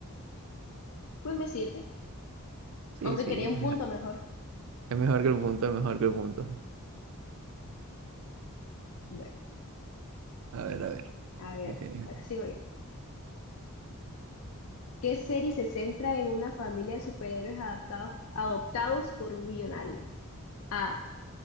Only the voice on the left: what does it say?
Pues me sirve,
aunque
quería un
punto mejor.
Bueno,
a ver,
ahora sigo yo. ¿Qué serie se centra en una familia de superhéroes adaptados, adoptados por un millonario? A.